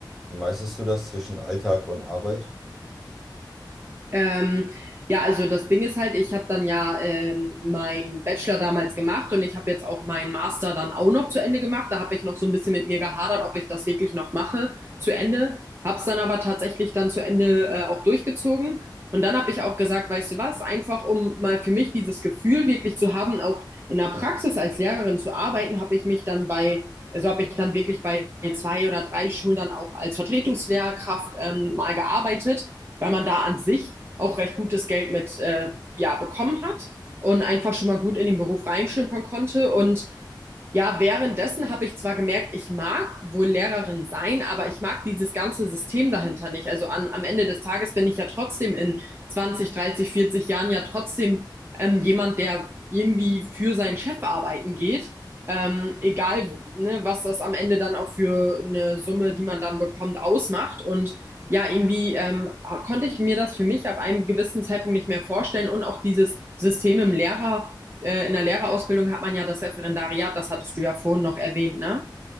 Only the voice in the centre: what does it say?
wie meisterst du das zwischen Alltag und Arbeit?